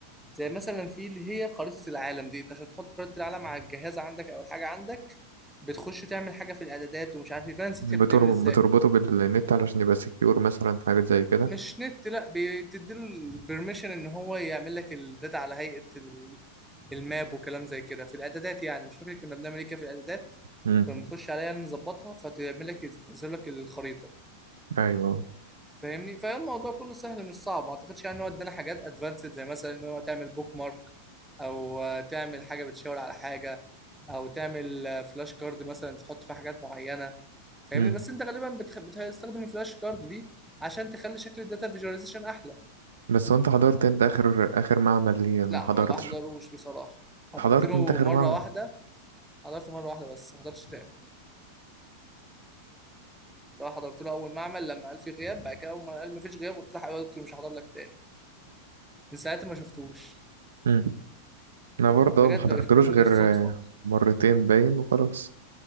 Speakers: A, in the centre; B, on the right (about 65°).
A: زي مثلا في اللي هي خريطه العالم دي انت عشان تحط خريطه العالم على الجهاز عندك او الحاجه عندك بتخش تعمل حاجه في الاعدادات ومش عارف ايه فانا نسيت
B: بتر-
A: هي بتعمل ازاي
B: بتربطه بالنت علشان يبقى سكيور مثلا حاجات زي كده
A: مش نت لا بتديله البرميشن ان هو يعمل لك الداتا على هيئة ال- الماب وكلام زي كده في الاعدادات يعني مش فاكر كنا بنعمل ايه كده في الاعدادات
B: امم
A: كنا بنخش عليها يعني نظبطها فتعمل لك تظهر لك الخريطة
B: ايوه
A: فاهمني فالموضوع كله سهل مش صعب ما اعتقدش يعني ان هو ادانا حاجات ادفانسد زي مثلا ان هو تعمل بوك مارك او آه، تعمل حاجة بتشاور على حاجة او تعمل آه، فلاش كارد مثلا تحط فيها حاجات معينة فاهمني
B: امم
A: بس انت غالبا بتخ... بتستخدم الفلاش كارد دي عشان تخلي شكل الداتا فيجواليزيشن احلى يعني
B: بس وانت حضرت انت اخر اخر معمل ليه أنا
A: لا
B: ما حضرتش
A: ما بحضروش بصراحة حضرت
B: حضرت
A: له
B: انت اخر
A: مرة
B: معمل
A: واحدة حضرت مرة واحدة بس ما حضرتش تاني لو حضرت له أول معمل لما قال في غياب بعد كده أول ما قال مفيش غياب قلت له حبيبي يا دكتور مش هحضر لك تاني من ساعتها ما شفتوش
B: امم <laughs> انا برضه
A: بجد
B: ما حضرتلوش
A: ما شفتوش
B: غير
A: غير صدفة
B: آه، مرتين باين وخلاص